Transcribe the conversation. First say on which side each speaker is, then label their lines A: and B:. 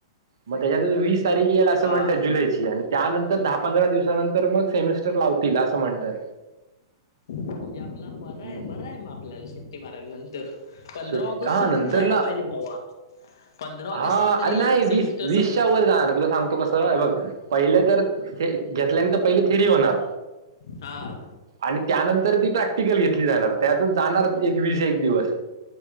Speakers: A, on the right; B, on the left.
A: मग त्याच्यात वीस तारीख येल असं
B: हा
A: म्हणतात जुलै ची आणि. त्यानंतर दहा पंधरा दिवसानंतर मग सेमिस्टर लावतील असं म्हणतात
B: म्हणजे आपला मरय
A: हम्म
B: बर आहे मग आपल्याला सुट्टी मारायला नंतर. तर पंधरा
A: सुट
B: ऑगस्ट
A: हा
B: सर
A: नंतरला
B: तरी जायला पाहिजे भावा. पंधरा ऑगस्ट
A: हा
B: तर तरी
A: अरे नाही
B: सेमिस्टर
A: वीस वीसच्या
B: सप
A: वर जाणार तुला सांगतो कसं बघ पहिलं तर ते. घेतल्याने तर पहिले थेरी होणार
B: हा
A: आणि त्यानंतर. तर ती प्रॅक्टिकल घेतली जाणार त्यात जाणार एक वीस एक दिवस.